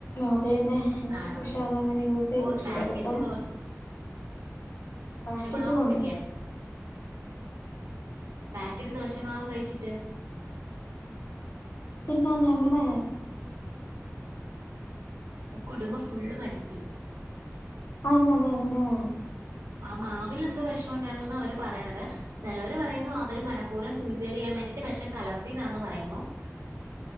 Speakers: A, on the left (about 80°); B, on the right (about 80°).
A: അതന്നെ ഞാൻ
B: ആണോ
A: പക്ഷെ
B: ആണോ
A: അതങ്ങനെ യൂസ് ചെയ്തിട്ടില്ല
B: ഓ പാക്കറ്റ്
A: കേട്ടോ.
B: ദോശമാവ്
A: ബാക്കറ്റ് കൊണ്ട്
B: ഒക്കെ പാക്കറ്റ് ദോശ മാവ് കഴിച്ചി ജെ
A: പിന്നെ എങ്ങനെ?
B: കുടുംബം ഫുള്ള് മരി ച്ചു
A: ആന്ന എങ്ങനെ?
B: ആ മാവിൽ എന്തോ വിഷം ഉണ്ടായിരുന്നു അവർ പറയണത് ചിലവർ പറയുന്നു അവർ മനഃപൂർവ്വം സൂസൈഡ് ചെയ്യാൻ വേണ്ടിട്ട് വിഷം കലർത്തിയതാന്ന് പറയുന്നു.